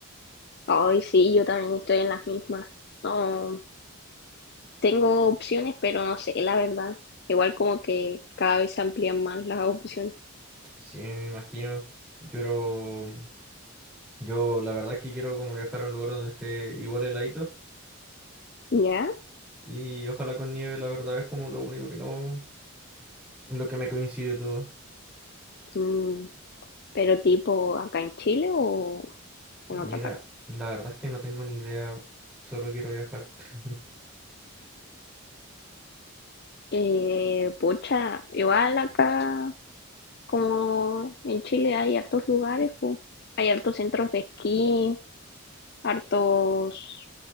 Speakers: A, on the left (about 50°); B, in the centre.
A: Ay, sí, yo también estoy en las mismas. No, tengo opciones, pero no sé, la verdad. Igual como que cada vez se amplían más las opciones.
B: Sí, me imagino. Yo, creo- yo la verdad es que quiero como viajar a un lugar donde esté igual heladito
A: ¿Ya?
B: y ojalá con nieve, la verdad es como lo único que no, en lo que me coincide todo.
A: Mm, pero tipo acá en Chile o
B: Mira,
A: en otra parte.
B: la verdad es que no tengo ni idea, solo quiero viajar. <laughs>
A: Eh, pucha, igual acá como en Chile hay hartos lugares, po. Hay hartos centros de esquí, hartos,